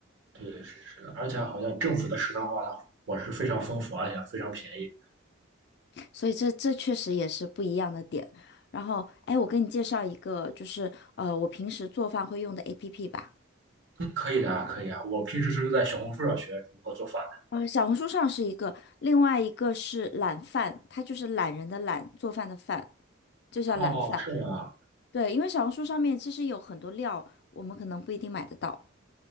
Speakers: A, on the right; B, on the left.
A: 对，是是的。而且好像政府的食堂的话，伙食非常丰富，而且非常便宜。
B: 所以这这确实也是不一样的点。然后，哎，我给你介绍一个，就是呃，我平时做饭会用的 APP 吧。
A: 嗯可以的啊，可以啊。我平时是在小红书上学如何做饭
B: 呃，小红书上是一个，另外一个是懒饭，它就是懒人的懒，做饭的饭，就叫懒饭。
A: 的。哦，是吗？
B: 对，因为小红书上面其实有很多料，我们可能不一定买得到。